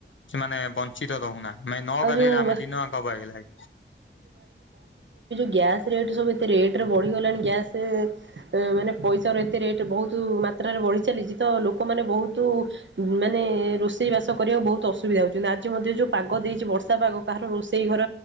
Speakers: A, on the left; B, on the right.
A: ମାନେ ବଞ୍ଚିତ ରହୁନା। ମେ ନ
B: ଆଉ
A: ଗାଧେଇଲେ
B: ଯୋଉ
A: ଆମେ ଦିନ ୟାଙ୍କ
B: ଗ୍ୟାସ୍ ରେଟ୍ ସବୁ ଏତେ ରେଟ୍ରେ ବଢ଼ିଗଲାଣି, ଗ୍ୟାସ୍ ମାନେ ପଇସାର ଏତେ ରେଟ୍ ବହୁତ ମାତ୍ରାରେ ବଢି ଚାଲିଛି ତ, ଲୋକମାନୋନ ବହୁତ ମାନେ ରୋଷେଇ ବାସ କରିବାକୁ ବହୁତ ଅସୁବିଧା ହଉଛି । ଆଜି ମଧ୍ୟ ଯୋଉ ପାଗ ଦେଇଛି ବର୍ଷା ପାଗ, କାହାର ରୋଷେଇ ଘର